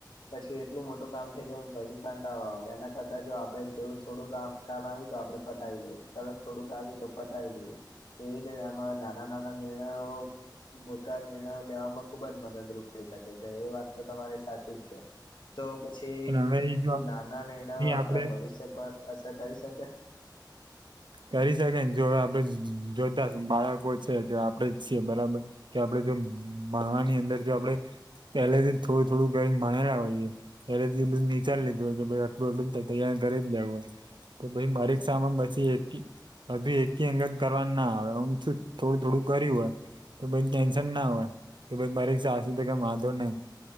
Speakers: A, on the left (about 75°); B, on the right (about 85°).
A: પછી એટલું મોટું કામ થઈ જાયને, પછી કંટાળો આવે, એના કરતા જો આપણેે જેવું થોડું કામ કામ આવીયું તો, આપડે પતાવી લઈએ, તરત થોડુંક આવીયું તો. પતાવી લઈએ, એવી રીતે એમાં નાના-નાના નિર્ણયો મોટા નિર્ણયો લેવામાં ખુબ જ મદદરૂપ થઈ શકે, એ વાત તો તમારી સાચી છે. તો પછી
B: અને હવે એ જો
A: શું નાના નિર્ણયો
B: આપડે
A: આપણા ભવિષ્ય પર અસર કરી શકે.
B: કરી શકેને, જો હવે આપણે જોતાશ બાળકો છે કે, આપણેે જ છીએ બરાબર. કે આપડે જો ભણવાની અંદર જો આપડે પહેલેથી થોડું-થોડું ગઈ ભણેલા હોઈએ. ત્યારેથી બધ વિચારી લીધું હોય કે, ભાઈ આટલું જ થાય, તૈયારી જેવું હોય. તો ભાઈ મારી સામે બચી. હજુ એકી અંગત કરવાનું ના આવે, હમ શું થોડું થોડું કર્યું હોય. તો ટેન્શન ના હોય કે, બરેક સાસ કઈ વાંધો નહી.